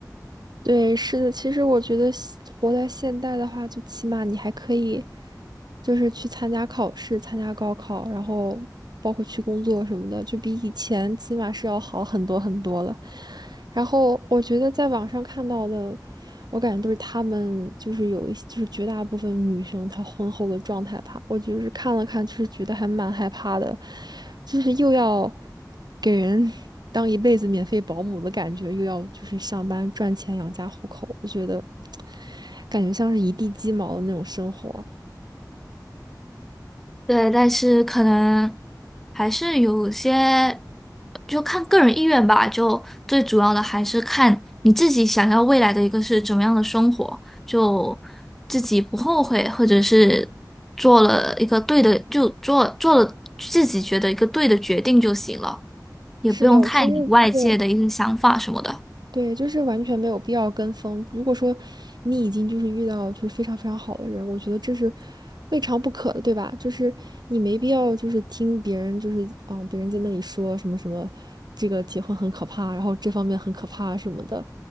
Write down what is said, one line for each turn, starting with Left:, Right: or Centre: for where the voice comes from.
Right: 对，是的，其实我觉得现活在现代的话，就起码你还可以。就是去参加考试、参加高考，然后包括去工作什么的，就比以前起码是要好很多很多了。然后我觉得在网上看到的，我感觉都是他们就是有一些就是绝大部分女生她婚后的状态吧，我就是看了看，就是觉得还蛮害怕的，就是又要给人 <laughs> 当一辈子免费保姆的感觉，又要就是上班赚钱养家糊口，我觉得感觉像是一地鸡毛的那种生活。
Centre: 对，但是可能还是有些，就看个人意愿吧。就最主要的还是看你自己想要未来的一个是怎么样的生活，就自己不后悔，或者是做了一个对的，就做做了自己觉得一个对的决定就行了，也不用太理外界的一些想法什么的。
Right: 是的，其实对对，就是完全没有必要跟风。如果说你已经就是遇到就是非常非常好的人，我觉得这是未尝不可的，对吧？就是你没必要就是听别人就是嗯，别人在那里说什么什么，这个结婚很可怕，然后这方面很可怕什么的。